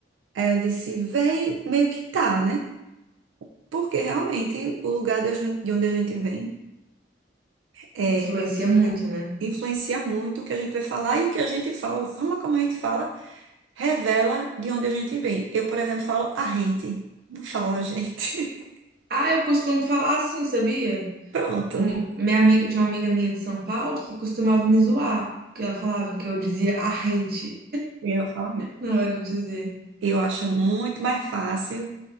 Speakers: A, on the right; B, on the right.
A: Aí eu disse, véi, meio que tá, né? Porque realmente o lugar de onde de onde a gente vem é,
B: Influencia muito, né?
A: influencia muito o que a gente vai falar e o que a gente fala, a forma como a gente fala, revela de onde a gente vem. Eu, por exemplo, falo a gente, não falo a gente.
B: Ah, eu costumo falar assim, sabia?
A: Pronto,
B: Um- minha amiga, tinha uma amiga minha de São Paulo que costumava me zoar, que ela falava que eu dizia a gente
A: Eu falo isso.
B: na hora de dizer.
A: eu acho muito mais fácil.